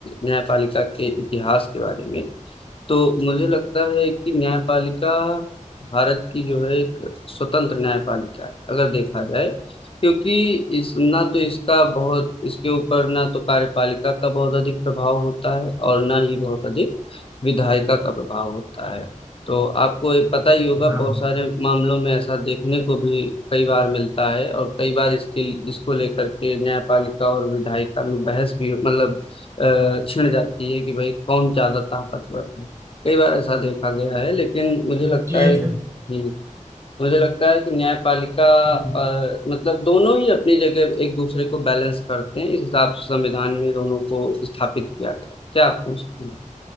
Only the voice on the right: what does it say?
हाँ
जी
जी
हम्म,